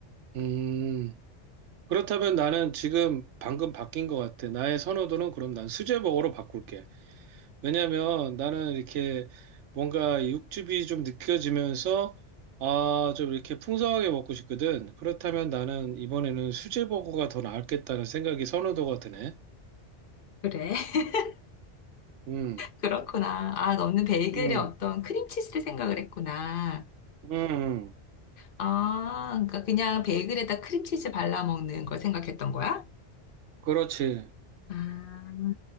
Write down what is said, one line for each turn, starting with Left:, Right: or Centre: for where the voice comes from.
Right: 음. 그렇다면 나는 지금 방금 바뀐 것 같아. 나의 선호도는 그럼 난 수제버거로 바꿀게. 왜냐면 나는 이렇게 뭔가 육즙이 좀 느껴지면서, 아, 좀 이렇게 풍성하게 먹고 싶거든. 그렇다면 나는 이번에는 수제버거가 더 나았겠다는 생각이 선호도가 드네.
Left: 그래 <laughs>
Right: 음,
Left: 그렇구나 아 너는 베이글에
Right: 음,
Left: 어떤 크림치즈를 생각을 했구나
Right: 음,
Left: 아 그러니까 그냥 베이글에다 크림치즈 발라 먹는 걸 생각했던 거야?
Right: 그렇지.
Left: 아,